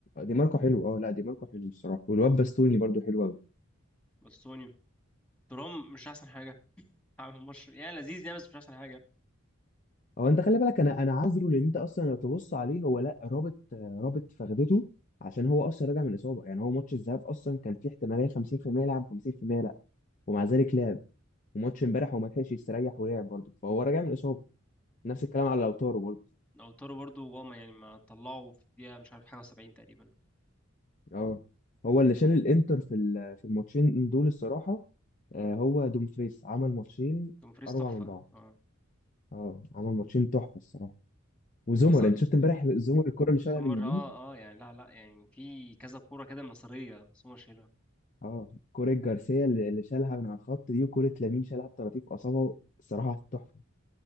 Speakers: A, on the left; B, in the centre.
A: دي ماركو حلو اه لا دي ماركو حلو الصراحه والواد باستوني برضو حلو قوي
B: بس سوني ترام مش أحسن حاجة عامل ماتش يعني لذيذ يعني بس مش أحسن حاجة
A: هو انت خلي بالك انا انا عذره لان انت اصلا لو تبص عليه هو لا رابط رابط فخدته عشان هو اصلا راجع من اصابه يعني هو ماتش الذهاب اصلا كان فيه احتماليه 50% يلعب 50% لا ومع ذلك لعب وماتش امبارح هو ما لحقش يستريح ولعب برضه فهو راجع من اصابه نفس الكلام على لوتارو برضه
B: لو تورو برضو وهما يعني ما طلعوا في الدقيقة مش عارف حاجة وسبعين تقريبا
A: اه هو اللي شال الانتر في ال- في الماتشين دول الصراحه آه، هو دومفريس عمل ماتشين
B: دومفريز
A: اروع
B: تحفة
A: من بعض
B: اه
A: اه عمل ماتشين تحفه الصراحه وزمر
B: أصلا
A: انت شفت امبارح زمر الكره اللي شالها
B: سومر
A: من يمين
B: اه اه يعني لا لا يعني في كذا كورة كده مصرية سومر شايلها
A: اه كره جارسيا اللي اللي شالها من على الخط دي وكره لامين شالها بطراطيف اصابعه الصراحه تحفه